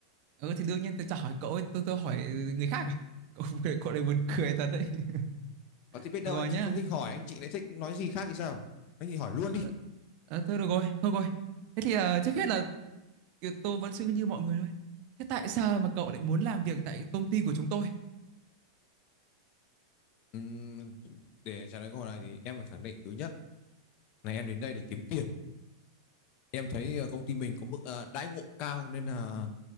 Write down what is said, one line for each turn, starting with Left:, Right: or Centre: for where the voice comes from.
Right: ừ thì đương nhiên tôi chả hỏi cậu ấy tôi tôi hỏi người khác à <laughs> cậu cậu này buồn cười thật đấy <laughs>
Left: có thì
Right: được
Left: biết đâu
Right: rồi
Left: anh chị
Right: nhá
Left: không thích hỏi anh chị lại thích nói gì khác thì sao anh chị hỏi luôn
Right: ờ,
Left: đi
Right: ờ, thôi được rồi thôi rồi thế thì ờ, trước hết là tôi vẫn suy nghĩ như mọi người thôi thế tại sao mà cậu lại muốn làm việc tại công ty của chúng tôi
Left: Ừm, để trả lời câu hỏi này thì em phải khẳng định thứ nhất là em đến đây để kiếm tiền em thấy ờ, công ty mình có mức ờ, đãi ngộ cao nên là uh,